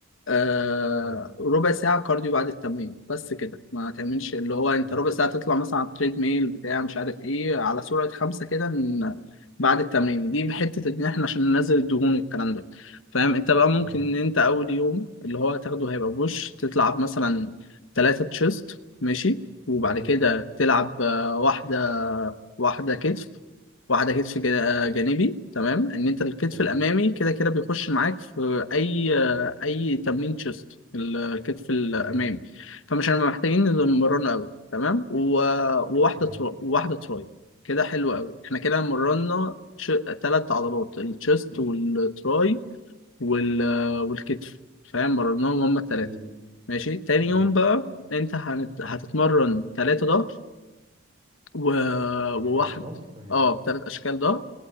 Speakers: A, on the left; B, on the right.
A: آه
B: اه
A: ربع ساعة كارديو بعد التمرين بس كده ما تعملش اللي هو انت
B: تمام
A: ربع ساعة تطلع مثلا على التريد ميل بتاع مش عارف ايه على سرعة خمسة كده إن- بعد التمرين دي حتة ان احنا عشان ننزل الدهون والكلام ده فاهم انت بقى ممكن
B: تمام
A: ان انت اول يوم اللي هو هتاخده هيبقى بوش تلعب مثلا تلاتة تشيست ماشي وبعد
B: تمام
A: كده تلعب آه، واحدة واحدة كتف واحدة كتف جا- آه، جانبي تمام ان انت الكتف
B: تمام
A: الامامي كده كده بيخش معاك في اي اي تمرين تشيست الكتف الامامي
B: تمام
A: فمش هنبقى محتاجين نمرنه قوي تمام و... وواحده
B: تمام
A: ترو... وواحده تراي كده حلو قوي احنا كده مرنا ش... تلات عضلات التشيست والتراي وال... والكتف فاهم مرناهم هما التلاتة
B: جميل
A: ماشي تاني
B: تمام
A: يوم بقى انت هنت... هتتمرن تلاتة ظهر و... وواحد
B: ثلاثة ضغط تمام
A: اه تلات اشكال ظهر